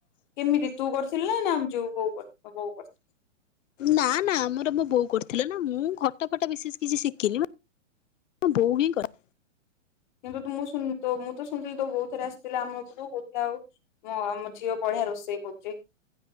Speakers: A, on the left; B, on the left.
A: କେମିତି ତୁ କରିଥିଲୁ ନା ନା ଆମ ଯୋଉ ବୋଉ ବୋଉ କରିଥିଲେ।
B: ନା ନା ଆମର ମୋ ବୋଉ କରିଥିଲା ନା ମୁଁ ଖଟା ଫଟା ବିଶେଷ କିଛି ଶିଖିନି ମୋ ବୋଉ ହିଁ କରି
A: କିନ୍ତୁ ତୁ ମୁଁ ଶୁ ତ ମୁଁ ତ ଶୁଣିଥିଲି ତୋ ବୋଉ ଥରେ ଆସିଥିଲା ଆମ ଉପରୁ କୋହୁଥିଲେ ଆଉ ଆମ ଝିଅ ବଢିଆ ରୋଷେଇ କରୁଛି।